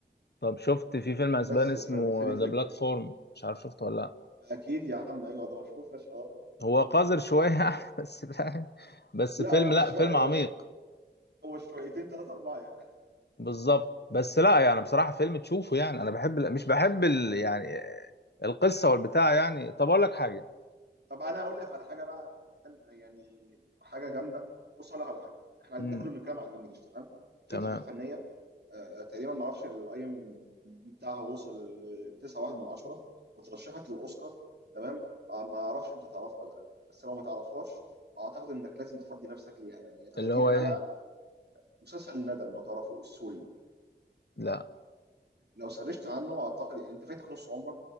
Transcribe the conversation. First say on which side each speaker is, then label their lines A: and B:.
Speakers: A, on the left (about 70°); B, on the right (about 70°).
A: طب شفت في فيلم اسباني
B: بس
A: اسمه
B: فدي, فدي الفكره
A: ذا بلاتفورم مش عارف شفته ولا لا
B: اكيد يا عم ايوه ده مشهور فشخ آه.
A: هو قذر شويه <laughs> يعني بس فاهم بس
B: لا
A: فيلم
B: هو مش
A: لا
B: شويه
A: فيلم
B: هو
A: عميق
B: هو شويتين ثلاثة أربعة يعني
A: بالظبط بس لا يعني بصراحه فيلم تشوفه يعني انا بحب مش بحب ال... يعني القصه والبتاع يعني طب اقول لك حاجه
B: طب أنا هقول لك على حاجة بقى يعني حاجة جامدة بص هقول لك على حاجة إحنا قاعدين
A: امم
B: ده كله بنتكلم على الإنجليش تمام في
A: تمام
B: تحفة فنية آه، آه، تقريبا ما اعرفش الاي ام دي بتاعها وصل 9.1 من 10 وترشحت للاوسكار تمام آه، ما اعرفش انت تعرفها ولا لا بس لو ما تعرفهاش اعتقد انك لازم تفضي نفسك ليها يعني هي 30
A: اللي هو
B: حلقه
A: ايه
B: مسلسل الندم لو تعرفه السوري
A: لا
B: لو سرشت عنه اعتقد يعني انت فاتك نص عمرك